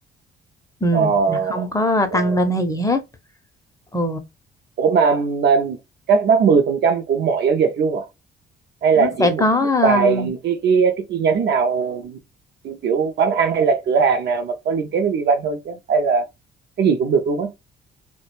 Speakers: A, on the left; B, on the right.
A: ừ
B: ờ
A: là không có
B: ờ.
A: tăng lên hay gì hết ừ
B: ủa mà, mà các bác 10 phần trăm của mọi giao dịch luôn à hay là
A: nó
B: chỉ
A: sẽ
B: một
A: có
B: một vài
A: ờ,
B: cái cái cái chi nhánh nào kiểu quán ăn hay là cửa hàng nào mà có liên kết với VBank thôi chứ hay là cái gì cũng được luôn á